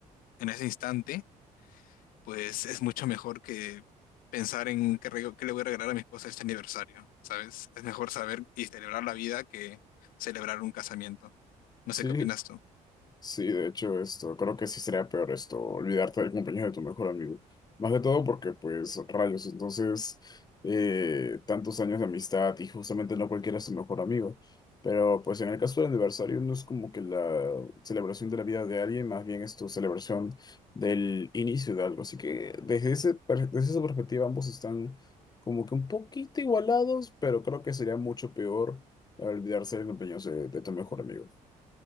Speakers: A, on the left (about 90°); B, on the left (about 30°).
A: en ese instante, pues es mucho mejor que pensar en qué, rego- qué le voy a regalar a mi esposa este aniversario, ¿sabes? Es mejor saber y celebrar la vida que celebrar un casamiento. No
B: sí,
A: sé qué opinas tú,
B: Sí, de hecho, esto, creo que sí sería peor esto, olvidarte del cumpleaños de tu mejor amigo. Más de todo porque, pues, rayos, entonces, eh, tantos años de amistad y justamente no cualquiera es tu mejor amigo. Pero, pues, en el caso del aniversario no es como que la celebración de la vida de alguien, más bien es tu celebración del inicio de algo. Así que, desde ese, per- desde esa perspectiva, ambos están como que un poquito igualados, pero creo que sería mucho peor olvidarse del cumpleaños de de tu mejor amigo.